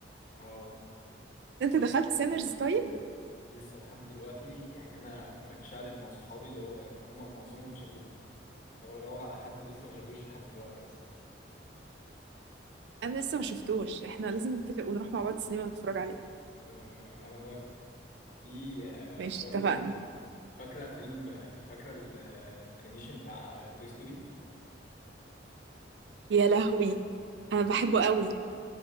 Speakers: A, on the left (about 45°); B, on the right (about 70°).
A: اه
B: انت دخلت سينرز طيب
A: لسه لحد دلوقتي يعني انا بتشقلب مع صحابي اللي هو هم معظمهم شافوه فبدور على حد لسه ما شافوش لحد دلوقتي اصلا
B: انا لسه ما شفتوش احنا لازم نتفق ونروح مع بعض السينما نتفرج عليه
A: آه، انا موافق في آه،
B: ماشي
A: برضو
B: اتفقنا
A: فاكره فيلم آه، فاكره الانيميشن بتاع توي ستوري
B: يا لهوي انا بحبه قوي